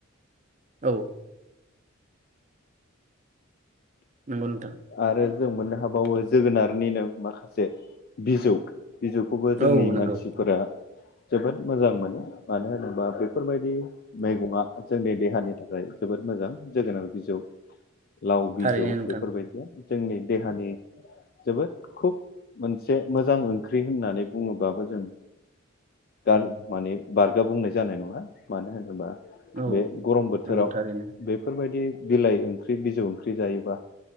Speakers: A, on the right (about 35°); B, on the left (about 45°).
A: औ नंगौ नोंथां।
B: आरो जों मोननो हाबावो जोगोनारनिनो माखासे बिजौ बिजौखौबो जोंनि
A: औ नंगौ
B: मानसिफोरा। जोबोद मोजां मोनो मानो होनोबा बेफोरबायदि मैगंआ जोंनि देहानि थाखाय जोबोद मोजां जोगोनार बिजौ लाव बिजौ
A: थारैनो नोंथां।
B: बेफोरबायदिया जोंनि देहानि जोबोद खुब मोनसे मोजां ओंख्रि होननानै बुङोबाबो जों गार माने बारगा बुंनाय जानाय नङा मानो होनोबा
A: औ
B: बे गरम बोथोराव
A: नंगौ थारैनो
B: बेफोरबायदि बिलाइ ओंख्रि बिजौ ओंख्रि जायोबा